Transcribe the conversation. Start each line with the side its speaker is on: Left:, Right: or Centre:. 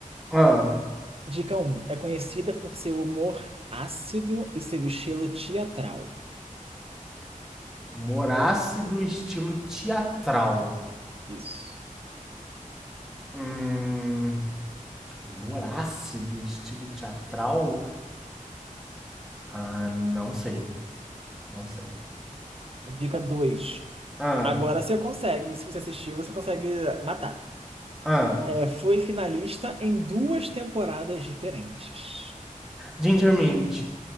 Centre: Ah.
Right: Dica Um, é conhecida por seu humor ácido e seu estilo teatral.
Centre: Humor ácido, estilo teatral.
Right: Isso.
Centre: Hum. Humor ácido, estilo teatral? Ah, não sei. Não sei.
Right: Dica dois
Centre: Ah.
Right: Agora você consegue, se você assistir, você consegue matar.
Centre: Ah.
Right: É, foi finalista em duas temporadas diferentes.
Centre: Ginger Mind.